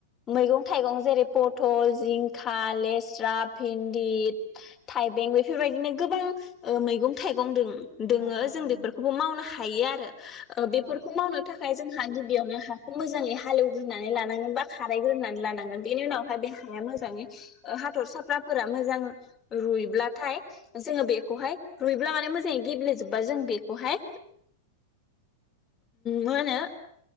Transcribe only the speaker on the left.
मैगं थाइगं जेरै पथल जिंखा लेस्रा भिन्दि थाइबें बेफोर बायदिनो गोबां मैगं थाइगं दों दोङो
जों
बेफोरखौबो
मावनो हायो आरो आरो बेफोरखौ
मावनो थाखाय जों हा गिबियावनो हाखौ मोजाङै हालेवग्रोनानै लानांगोन बा खारायग्रोनानै लानांगोन बेनि उनावहाय बे हाया मोजाङै हाथरसाफ्राफोरा मोजां रुयब्लाथाय जोङो बेखौहाय रुयब्ला माने मोजाङै गेब्लेेजोबबा जों बेखौहाय मा होनो